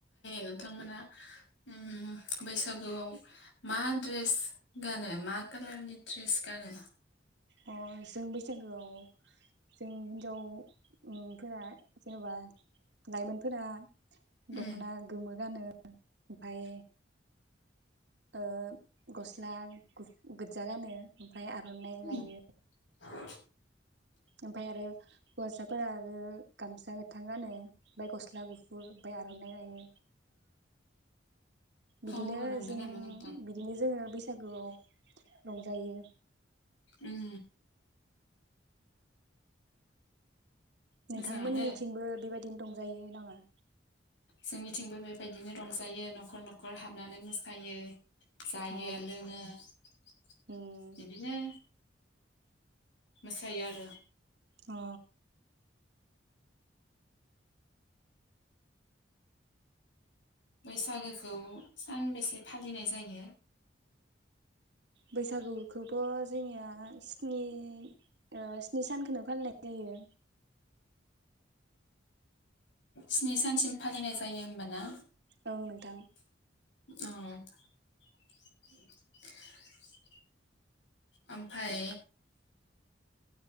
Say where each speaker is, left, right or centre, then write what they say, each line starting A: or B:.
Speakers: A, on the left; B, on the right.
A: नोंथांमोना उम बैसागुआव मा ड्रेस गानो मा कालारनि ड्रेस गानो?
B: अ जों बैसागोआव जों हिन्जाव उम फोरा जेनबा लाइमोनफोरा
A: उम
B: दखना गोमो गानो। ओमफाय ओ गस्ला गु गोजा गानो ओमफाय आरो लायो
A: उम, <unintelligible>
B: ओमफाय आरो हौवासाफोरा आरो गामसा गोथां गानो ओमफाय गस्ला गु <unintelligible> आर'नाइ लायो बिदिनो
A: अ नंगौ
B: जों
A: नामा नोंथां
B: बिदिनो जोङो बै <unintelligible> रंजायो।
A: उम
B: नोंथांमोननिथिंबो
A: मोजाङानो
B: बेबायदि <unintelligible> दंजायो नाङा
A: जोंनिथिंबो बेबायदिनो रंजायो नखर नखर हाबनानै मोसायो। जायो
B: अ
A: लोङो बिदिनो
B: उम
A: मोसायो आरो।
B: अ
A: बैसागोखौ सानबेसे फालिनाय जायो?
B: बैसागुखौथ' जोंनिया स्नि ओ स्नि सानखोनो फालिनाय जायो।
A: स्नि सानसिम फालिनाय जायो होमबाना?
B: औ नोंथां।
A: औ <inaudible> ओमफाय